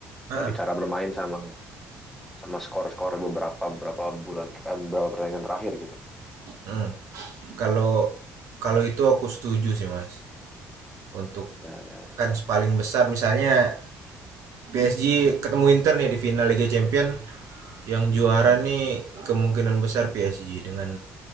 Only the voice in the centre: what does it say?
dari cara bermain sama sama skor-skor beberapa beberapa bulan eh, beberapa pertandingan terakhir gitu.
Gitu.
Ya ya ya.
Hmm.